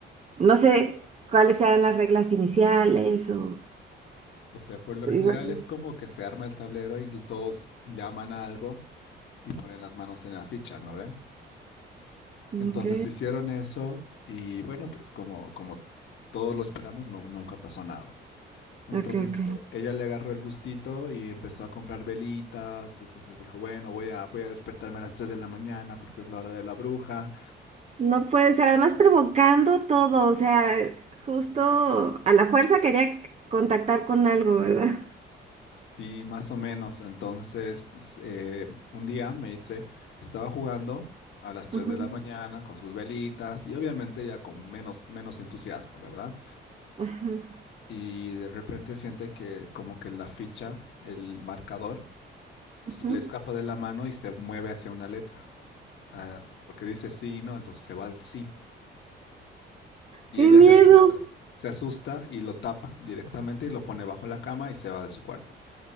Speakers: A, on the right; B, on the left.
A: no sé cuáles sean las reglas iniciales o
B: O sea, por lo
A: igual.
B: general es como que se arma el tablero y todos llaman a algo y ponen las manos en la ficha, ¿no ven?
A: Ok,
B: Entonces hicieron eso y bueno, pues como, como todos lo esperamos, no, nunca pasó nada. Entonces
A: ok, ok.
B: eh, ella le agarró el gustito y empezó a comprar velitas, entonces dijo, bueno, voy a, voy a despertarme a las 3 de la mañana porque es la hora de la bruja.
A: No puede ser, además provocando todo, o sea, justo a la fuerza quería c- contactar con algo, ¿verdad?
B: Sí, más o menos. Entonces s- eh, un día me dice, estaba jugando a las tres
A: Ujú,
B: de la mañana con sus velitas y obviamente ya con menos, menos entusiasmo, ¿verdad?
A: ajá,
B: y de repente siente que como que la ficha, el marcador,
A: ajá.
B: se le escapa de la mano y se mueve hacia una letra. Ah, porque dice sí y no, entonces se va al sí. Y
A: ¡Qué
B: ella
A: miedo!
B: se asusta. Se asusta y lo tapa directamente y lo pone bajo la cama y se va de su cuarto.